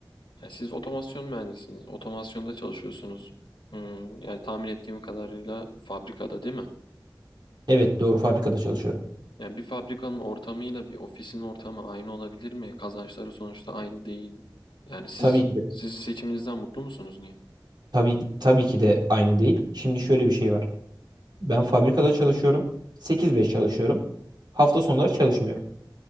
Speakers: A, on the left; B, on the right.
A: yani siz otomasyon mühendisiniz, otomasyonda çalışıyorsunuz. Hmm, yani tahmin ettiğim kadarıyla fabrikada değil mi?
B: Evet, doğru fabrikada çalışıyorum.
A: Yani bir fabrikanın ortamıyla bir ofisin ortamı aynı olabilir mi? Kazançları sonuçta aynı değil. Yani siz
B: Tabii ki de
A: siz seçiminizden mutlu musunuz niye?
B: tabii ki tabii ki de aynı değil. Şimdi şöyle bir şey var. Ben fabrikada çalışıyorum. sekiz beş çalışıyorum. Hafta sonları çalışmıyorum.